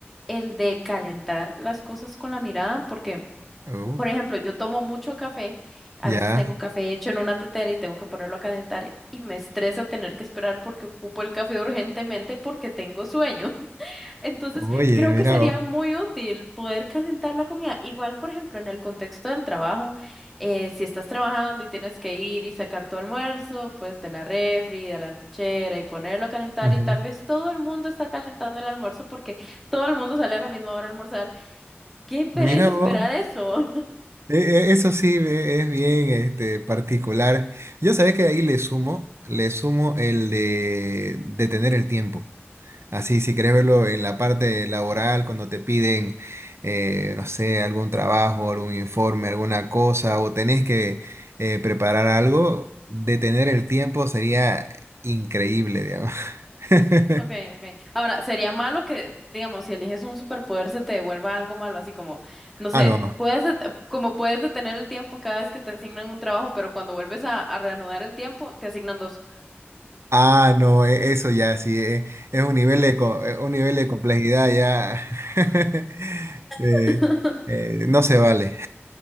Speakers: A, in the centre; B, on the right.
A: el de calentar las cosas con la mirada, porque
B: uf,
A: por ejemplo, yo tomo mucho café, a
B: Ya.
A: veces tengo café hecho en una tetera y tengo que ponerlo a calentar y me estresa tener que esperar porque ocupo el café urgentemente porque tengo sueño. <laughs> Entonces,
B: Oye,
A: creo
B: mira
A: que sería
B: vos.
A: muy útil poder calentar la comida. Igual, por ejemplo, en el contexto del trabajo, eh, si estás trabajando y tienes que ir y sacar tu almuerzo, pues de la refri, de la lonchera y ponerlo a calentar
B: Ujú.
A: y tal vez todo el mundo está calentando el almuerzo porque todo el mundo sale a la misma hora a almorzar. ¡Qué pereza
B: Mira
A: esperar
B: vos.
A: eso!
B: E- e- Eso sí ve- es bien este, particular. Yo sabés que ahí le sumo, le sumo el de detener el tiempo. Así, si querés verlo en la parte laboral, cuando te piden, eh, no sé, algún trabajo, algún informe, alguna cosa, o tenés que eh, preparar algo, detener el tiempo sería increíble, digamos. <laughs>
A: Okay, okay. Ahora, sería malo que, digamos, si eliges un superpoder se te devuelva algo malo, así como, no sé,
B: Ah, no.
A: puedes det- como puedes detener el tiempo cada vez que te asignan un trabajo, pero cuando vuelves a, a reanudar el tiempo, te asignan dos.
B: Ah, no, e- eso ya sí, e- es, un nivel de, co- eh, un nivel de complejidad ya. <laughs> eh,
A: <laughs>
B: eh, no se vale.